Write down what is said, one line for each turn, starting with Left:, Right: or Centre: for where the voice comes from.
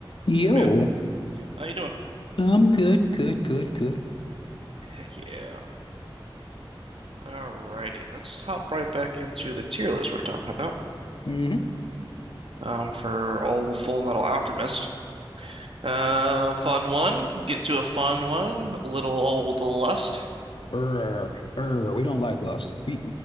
Left: Yo,
Right: Hey man, how you doing?
Left: I'm good, good, good, good.
Right: Heck yeah. Alrighty, let's hop right back into the tier list we're talking about
Left: hmm
Right: um, for old Full Metal Alchemist. Uh, fun one. Get into a fun one. Little old Lust.
Left: Err, err, we don't like Lust. We,